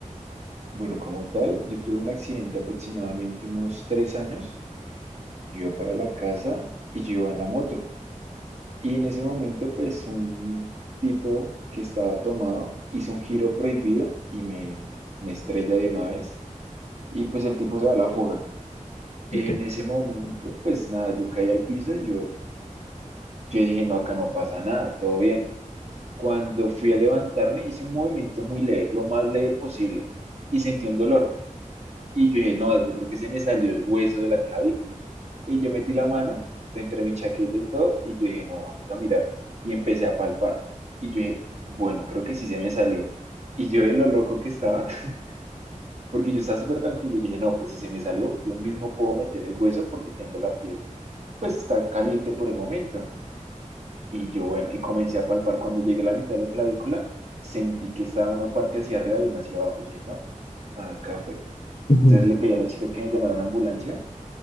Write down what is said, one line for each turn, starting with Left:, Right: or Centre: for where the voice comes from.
Right: Bueno, como tal, yo tuve un accidente aproximadamente unos tres años. Yo iba para la casa y yo iba en la moto. Y en ese momento, pues un tipo que estaba tomado hizo un giro prohibido y me, me estrella de una vez. Y pues el tipo se da a la fuga. En
Left: Ok. <laughs>
Right: ese momento, pues nada, yo caí al piso. y Yo, yo dije, no, acá no pasa nada, todo bien. Cuando fui a levantarme, hice un movimiento muy leve, lo más leve posible. Y sentí un dolor. Y yo dije, no, yo creo que se me salió el hueso de la clavícula. Y yo metí la mano entre mi chaqueta y todo, y yo dije, no, vamos a mirar. Y empecé a palpar. Y yo dije, bueno, creo que sí se me salió. Y yo de lo loco que estaba, <laughs> porque yo estaba súper tranquilo, y dije, no, pues si se me salió, yo mismo puedo meter el hueso porque tengo la piel, pues está caliente por el momento. Y yo, bueno, y comencé a palpar. Cuando llegué a la mitad de la clavícula, sentí que estaba una parte hacia arriba y una hacia abajo. Y dije, no, acá fue.
Left: Ujú,
Right: Entonces le pedí a la chica que me llamara a una ambulancia